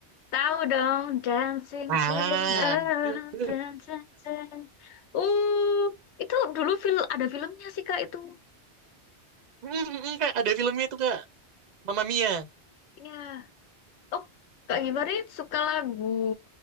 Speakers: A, on the left; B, on the right.
A: Tahu dong, Dancing
B: Ah,
A: Queen. eh,
B: <laughs>
A: dun, dun, dun. Uh, itu dulu film ada filmnya sih Kak itu.
B: Mm, mm, kak ada filmnya itu kak, Mamma Mia.
A: Ya. Oh, Kak Gibari suka lagu